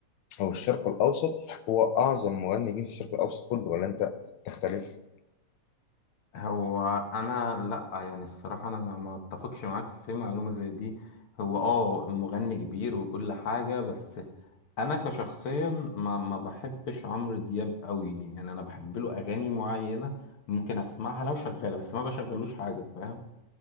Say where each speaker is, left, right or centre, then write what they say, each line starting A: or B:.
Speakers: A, on the left; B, on the left.
A: هو الشرق الأوسط هو أعظم مغني جه في الشرق الأوسط كله ولا أنت تختلف؟
B: هو انا لا يعني الصراحه انا ما ما اتفقش معاك في معلومه زي دي هو اه مغني كبير وكل حاجه بس انا كشخصيا ما ما بحبش عمرو دياب قوي يعني انا بحب له اغاني معينه ممكن اسمعها لو شغاله بس ما بشغلوش حاجه فاهم